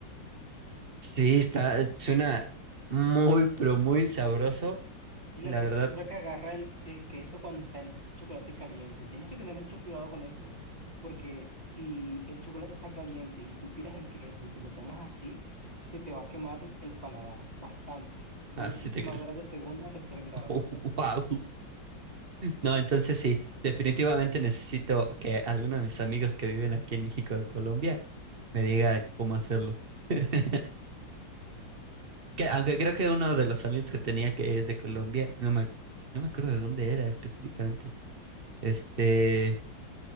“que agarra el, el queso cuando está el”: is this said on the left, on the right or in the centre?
Right